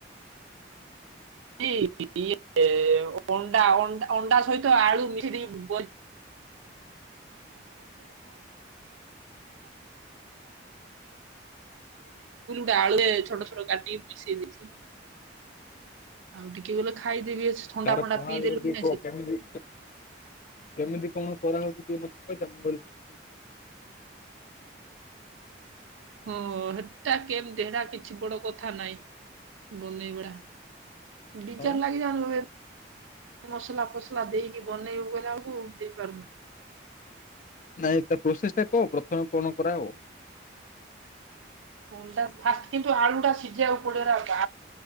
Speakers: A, on the right; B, on the left.
A: କିଏ <unintelligible> ଅଣ୍ଡା ଅଣ୍ଡା ସହିତ ଆଳୁ <unintelligible> <unintelligible> ନାଇଁ ଆଳୁ ସିଜେନି ବୋଲି ଗୋଟେ ଆଳୁ ଛୋଟ ଛୋଟ କାଟିକି ମିଶେଇ ଦେଇଛି ଆଉ ଟିକେ ଗଲେ ଖାଇଦେବି ଥଣ୍ଡା
B: ତାର
A: ଫଣ୍ଡା
B: ପ୍ରଣାଳୀ
A: ପିଇଦେଲୁ
B: ଟିକେ
A: କି ନାଇଁ
B: କହ,
A: ସେ
B: କେମିତି କଣ? କରାହଉଛି ଟ ମତେ କହଥା ମୁଙ୍ଗଛି କି ଦ <unintelligible>
A: ହଁ ହେଟା କେମତି ହେରା କିଛି ବଡ କଥା ନାଇଁ ବନେଇ ଭଡା,
B: ପ୍ରଥମେ
A: ବିଚାର ଲାଗିଯାଇନ୍ ମସଲା ଫସଲା ଦେଇକି ବନେଇବ କଲେ ଆକୁ ଦେଇପାରୁନାହିଁ
B: ନାଇଁ ତା ପ୍ରୋସେସ ଟା କହ ପ୍ରଥମେ କଣ କରାହବ?
A: ଅଣ୍ଡା ଫାଷ୍ଟ କିନ୍ତୁ ଆଳୁ ଟା ସିଝିବାକୁ ପଡିବରେ ବାପା